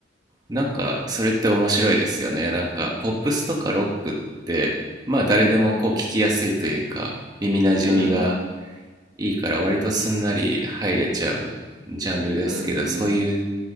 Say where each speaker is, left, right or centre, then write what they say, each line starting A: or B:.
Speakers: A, on the right; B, on the right.
A: なんか、それって面白いですよね。なんか、ポップスとかロックって、まあ誰でもこう聞きやすいというか、
B: うん、
A: 耳なじみが
B: うん、
A: いいから割とすんなり入れちゃうジャンルですけど、
B: うん、
A: そういう
B: うん、